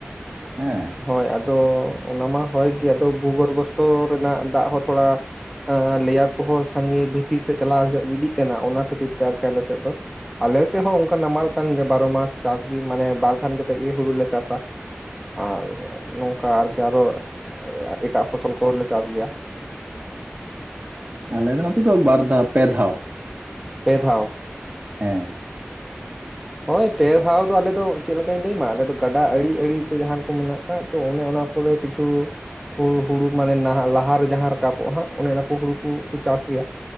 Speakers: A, on the right (about 35°); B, in the centre.
A: ᱦᱮᱸ
B: ᱦᱳᱭ ᱟᱫᱚ ᱚᱱᱟ ᱢᱟ ᱦᱳᱭ ᱜᱮ ᱟᱫᱚ ᱵᱩᱜᱚᱨᱵᱷᱚᱥᱛᱚ ᱨᱮᱱᱟᱜ ᱫᱟᱜ ᱦᱚᱸ ᱛᱷᱚᱲᱟ ᱟᱻᱻᱞᱮᱭᱟᱨ ᱠᱚᱦᱚᱸ ᱥᱟᱸᱜᱮ ᱵᱷᱤᱛᱤᱨ ᱥᱮᱫ ᱪᱟᱞᱟᱣ ᱤᱫᱤᱜ ᱠᱟᱱᱟ ᱚᱱᱟ ᱠᱷᱟᱹᱛᱤᱨ ᱛᱮ ᱟᱨᱠᱤ ᱟᱞᱮ ᱥᱮᱫ ᱫᱚ ᱟᱞᱮ ᱥᱮᱫ ᱦᱚᱸ ᱚᱱᱠᱟ ᱱᱟᱢᱟᱞ ᱠᱟᱱ ᱜᱮᱭᱟ ᱵᱟᱨᱚ ᱢᱟᱥ ᱪᱟᱥ ᱜᱮ ᱢᱟᱱᱮ ᱵᱟᱨ ᱫᱷᱟᱣ ᱠᱟ ᱠᱟᱛᱮᱫ ᱜᱮ ᱦᱩᱲᱩᱞᱮ ᱪᱟᱥᱟ ᱟᱨ ᱱᱚᱝᱠᱟ ᱟᱨᱠᱤ ᱟᱨᱚ ᱮᱴᱟᱜ ᱯᱷᱚᱥᱚᱞ ᱠᱚᱦᱚᱸᱞᱮ ᱪᱟᱥ ᱜᱮᱭᱟ
A: ᱟᱞᱮ ᱫᱚ ᱱᱚᱛᱮ ᱫᱚ ᱵᱟᱨ ᱫᱷᱟᱣ ᱯᱮ ᱫᱷᱟᱣ
B: ᱯᱮ ᱫᱷᱟᱣ
A: ᱦᱮᱸ <inaudible>
B: ᱦᱳᱭ ᱯᱮ ᱫᱷᱟᱣ ᱫᱚ ᱟᱞᱮ ᱫᱚ ᱪᱮᱫ ᱞᱮᱠᱟᱧ ᱞᱟᱹᱭ ᱟᱢᱟ ᱟᱞᱮᱫᱚ ᱜᱟᱰᱟ ᱟᱲᱮ ᱟᱲᱮᱛᱮ ᱡᱟᱦᱟᱸ ᱠᱚ ᱢᱮᱱᱟᱜ ᱟᱠᱟᱫ ᱛᱚ ᱚᱱᱮ ᱚᱱᱟ ᱯᱚᱨᱮ ᱠᱤᱪᱷᱩ ᱦᱩᱲᱩ ᱢᱟᱱᱮ ᱱᱟᱦᱟᱜ ᱞᱟᱦᱟᱨᱮ ᱡᱟᱦᱟᱸ ᱨᱟᱠᱟᱵᱚᱜᱼᱟ ᱦᱟᱸᱜ ᱚᱱᱮ ᱚᱱᱟ ᱠᱚ ᱦᱩᱲᱩ ᱠᱚᱠᱚ ᱪᱟᱥ ᱜᱮᱭᱟ